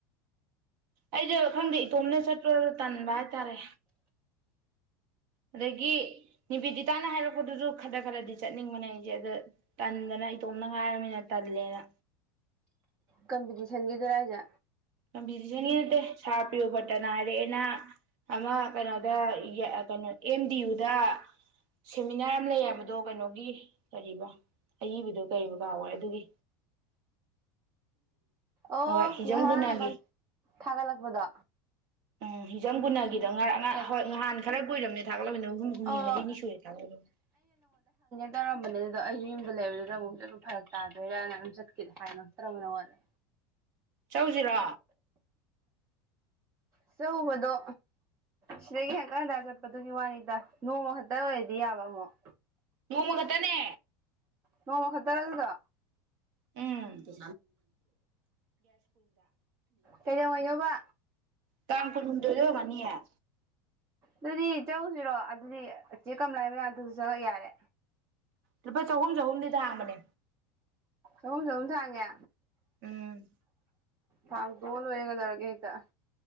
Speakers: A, on the right (about 55°); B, on the right (about 25°).
A: ꯑꯩꯗꯣ ꯈꯪꯗꯦ ꯏꯇꯣꯝꯅ ꯆꯠꯄꯨꯔ ꯇꯟꯕ ꯍꯥꯏꯇꯥꯔꯦ ꯑꯗꯒꯤ ꯅꯤꯕꯤꯗꯤꯇꯥꯅ ꯍꯥꯏꯔꯛꯄꯗꯨꯁꯨ ꯈꯔ ꯈꯔꯗꯤ ꯆꯠꯅꯤꯡꯕꯅꯦ ꯑꯩꯁꯦ ꯑꯗ ꯇꯟꯗꯅ ꯏꯇꯣꯝꯅ ꯍꯥꯏꯔꯕꯃꯤꯅ ꯇꯜꯂꯦꯅ
B: ꯀꯝꯄꯤꯇꯤꯁꯟꯒꯤꯗꯨ ꯍꯥꯏꯖꯦ
A: ꯀꯝꯄꯤꯇꯤꯁꯟꯒꯤ ꯅꯠꯇꯦ ꯁꯥꯔ ꯄ꯭ꯔꯤꯌꯣꯕꯇꯅ ꯍꯥꯏꯔꯛꯑꯦꯅ ꯑꯃ ꯀꯩꯅꯣꯗ ꯀꯩꯅꯣ ꯑꯦꯝ ꯗꯤ ꯌꯨꯗ ꯁꯦꯃꯤꯅꯥꯔ ꯑꯃ ꯂꯩꯕꯗꯣ ꯀꯩꯅꯣꯒꯤ ꯀꯔꯤꯕ ꯑꯏꯕꯗꯣ ꯀꯔꯤꯕ ꯀꯥꯎꯈꯔꯦ ꯑꯗꯨꯒꯤ
B: ꯑꯣ
A: ꯍꯣꯏ ꯍꯤꯖꯝ
B: ꯉꯍꯥ
A: ꯒꯨꯅꯥꯒꯤ
B: ꯊꯥꯒꯠꯂꯛꯄꯗꯣ
A: ꯎꯝ ꯍꯖꯝꯒꯨꯅꯒ ꯑꯗꯣ ꯉꯔꯥꯡ
B: ꯑꯦ
A: ꯍꯣꯏ ꯅꯍꯥꯟ ꯈꯔ ꯀꯨꯏꯔꯕꯅꯦ ꯊꯥꯒꯠꯂꯃꯤꯅꯤꯅ ꯍꯨꯝ ꯍꯨꯝꯅꯤ
B: ꯑꯣ
A: ꯃꯔꯤꯅꯤ ꯁꯨꯔꯦ ꯊꯥꯒꯠꯂꯃꯤꯅꯤ
B: ꯆꯠꯅꯔꯝꯕꯅꯦ ꯑꯗꯨꯗꯣ ꯑꯩꯁꯨ ꯌꯨꯝꯗ ꯂꯩꯕꯗꯨꯗ ꯑꯃꯨꯛꯁꯨ ꯑꯗꯨꯝ ꯐꯔꯛ ꯇꯥꯗꯣꯏꯔꯥꯅ ꯑꯗꯨꯝ ꯆꯠꯀ ꯍꯥꯏꯕꯛꯇ꯭ꯔꯕꯅ ꯍꯣꯠꯂꯦ
A: ꯆꯧꯁꯤꯔꯣ
B: ꯑꯆꯧꯕꯗꯣ ꯁꯤꯗꯒꯤ ꯍꯪꯀꯟꯗ ꯆꯠꯄꯗꯨꯒꯤ ꯋꯥꯅꯤꯗ ꯅꯣꯡꯃ ꯈꯛꯇ ꯑꯣꯏꯔꯗꯤ ꯌꯥꯕ ꯑꯃꯨꯛ
A: ꯅꯣꯡꯃꯒꯗꯅꯦ
B: ꯅꯣꯡꯃ ꯈꯛꯇ ꯑꯗꯨꯗ
A: ꯎꯝꯣꯀꯨ
B: ꯀꯩꯗꯧꯉꯩꯅꯣꯕ
A: ꯀꯥꯡ ꯀꯔꯗꯗ ꯃꯅꯤꯌꯦꯦ
B: ꯑꯗꯨꯗꯤ ꯆꯎꯨꯁꯤꯔꯣ ꯑꯗꯨꯗꯤ ꯆꯦ ꯀꯝ ꯂꯩꯥꯏꯕꯅ ꯑꯗꯨꯁꯨ ꯆꯪꯉ ꯌꯥꯔꯦ
A: ꯂꯨꯄꯥ ꯆꯍꯨꯝ ꯆꯍꯨꯝꯗꯤ ꯊꯥꯡꯕꯅꯦ
B: ꯑꯍꯨꯝ ꯁꯍꯨꯝ ꯊꯥꯡꯉꯦ
A: ꯎꯝ
B: ꯊꯥꯡ ꯇꯣꯅ ꯑꯣꯏꯒꯗꯔꯒꯦ ꯍꯦꯛꯇ